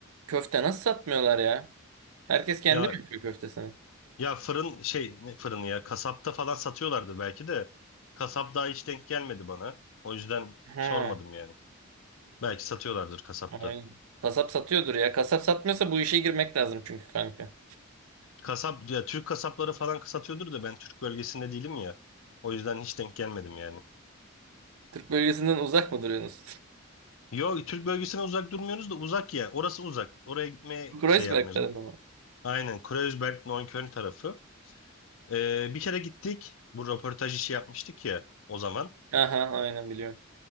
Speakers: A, on the right (about 85°); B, on the left (about 65°).
A: Köfte nasıl satmıyorlar ya? Herkes kendi
B: Ya
A: mi yapıyor köftesini?
B: ya fırın şey ne fırını ya kasapta falan satıyorlardır belki de kasap daha hiç denk gelmedi bana. O yüzden
A: Hı.
B: sormadım yani. Belki satıyorlardır kasapta.
A: Aynen. Kasap satıyordur ya. Kasap satmıyorsa bu işe girmek lazım çünkü kanka.
B: Kasap ya Türk kasapları falan satıyordur da ben Türk bölgesinde değilim ya. O yüzden hiç denk gelmedim yani.
A: Türk bölgesinden uzak mı duruyorsunuz?
B: Yok Türk bölgesinden uzak durmuyoruz da uzak ya. Orası uzak. Oraya gitmeye
A: <laughs> Kreuzberg
B: şey yapmıyoruz.
A: tarafı mı?
B: Aynen. Kreuzberg, Neukölln tarafı. Ee, bir kere gittik. Bu röportaj işi yapmıştık ya o zaman.
A: Aha aynen biliyorum.